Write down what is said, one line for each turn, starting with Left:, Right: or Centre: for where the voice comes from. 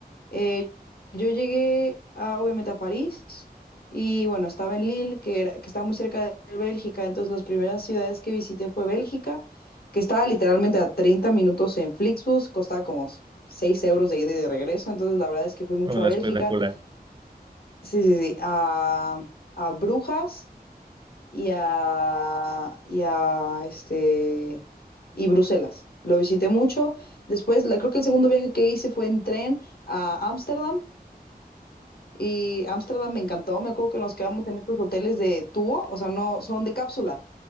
Left: eh, yo llegué a, obviamente a París y bueno, estaba en Lille, que, era- que está muy cerca de Bélgica, entonces las primeras ciudades que visité fue Bélgica, que estaba literalmente a 30 minutos en Flixbus, costaba como 6 euros de ida y de regreso, entonces la verdad es que fui mucho
Right: en la
Left: a Bélgica,
Right: espectacular.
Left: sí, sí, sí, a, a Brujas y a, y a este y Bruselas. Lo visité mucho. Después, la- creo que el segundo viaje que hice fue en tren a Ámsterdam y Ámsterdam me encantó. Me acuerdo que nos quedamos en estos hoteles de tubo, o sea, no son de cápsula,